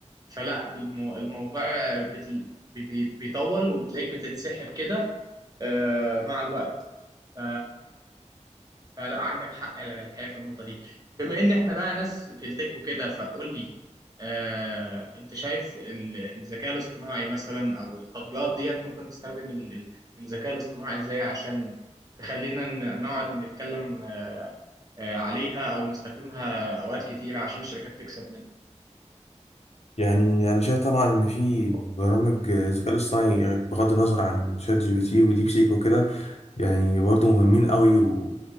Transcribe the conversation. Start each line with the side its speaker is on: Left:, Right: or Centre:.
Right: فلا بالمو... الموضوع بت... بي... بي- بيطول وبتلاقيك بتتسحب كده آه، مع الوقت ف... فلا عندك حق الحقيقه في النقطه دي بما ان احنا بقى ناس في التك وكده فقول لي آه، انت شايف ال- الذكاء الاصطناعي مثلا او التطبيقات ديت ممكن تستخدم ال- ال- الذكاء الاصطناعي ازاي عشان تخلينا ن- نقعد نتكلم آه، آه، عليها او نستخدمها اوقات كتير عشان الشركات تكسب منها
Left: يعني أنا شايف طبعا إن في برامج آه، الذكاء الاصطناعي آه، بغض النظر عن شات جي بي تي وديب سيك وكده يعني برضو مهمين قوي و...